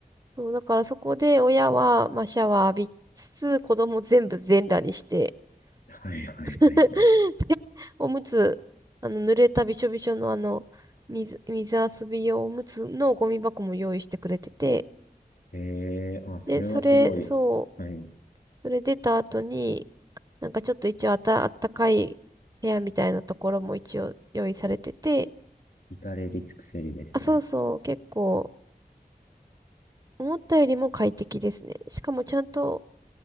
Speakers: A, on the right (about 25°); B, on the left (about 75°).
A: そう、だからそこで親は、まあ、シャワー浴びつつ、子供全部全裸にして、
B: はいはいはいはい。
A: <laughs> でおむつ、あの、濡れたびしょびしょのあの、水、水遊び用おむつのゴミ箱も用意してくれてて、
B: ええー、あ、それはすごい、
A: で、それ、そう、
B: はい、
A: それ出た後に、なんかちょっと一応あた、あったかい部屋みたいなところも一応用意されてて、
B: 至れり尽くせりですね。
A: あ、そうそう、結構、思ったよりも快適ですね。しかもちゃんと、